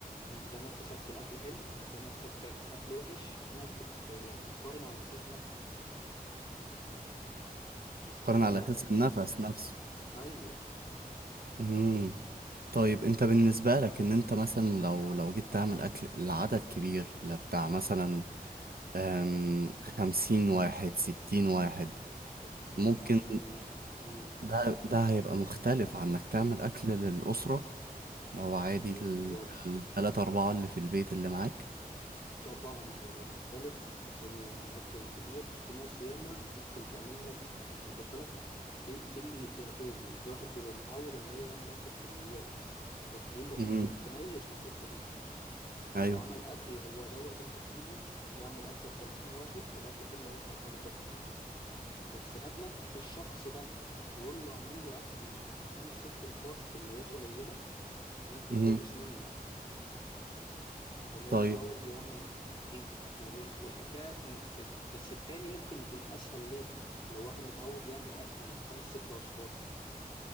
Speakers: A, on the left (about 30°); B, on the right (about 75°).
A: انت نفسك في الاكل حلو انت نفسك في الاكل وحش في ناس بت... بتقارن على اساس نفس مش طعم
B: قارن على
A: الاكل
B: أساس
A: كمان
B: النفس
A: بس
B: نفسه
A: ايوه
B: مم. طيب انت بالنسبة لك ان انت مثلا لو لو جيت تعمل اكل لعدد كبير لبتاع مثلا أم، خمسين واحد ستين واحد
A: 50
B: ممكن
A: 60 واحد امم
B: ده ده هيبقى مختلف عن انك تعمل اكل للأسرة لو عادي
A: هو
B: ال- التلاتة اربعة اللي في البيت اللي معاك
A: طبعا هيبقى مختلف عشان يعني الاكل الكتير في ناس ياما ممكن تعمل لك يعني خد بالك في في الجهتين يعني في واحد بيبقى متعود اللي هو يعمل اكل بكميات فتلاقيه م-
B: مهم.
A: متميز في الحتة دي لو
B: ايوه
A: عمل اكل هو دوت انت تجيبه يعمل اكل ل 50 واحد الاكل كله هيطلع طعمه تحفة بس هات نفس الشخص ده وقول له اعمل لي اكل لخمس ست نفار بكميات قليله ممكن
B: مهم.
A: تقلش منه عشان هو
B: طيب
A: متعود يعمل كتير وهو- والحكايه في, ال- في بس التاني ممكن يكون اسهل ليه لو واحد متعود يعمل اكل خمس ست اشخاص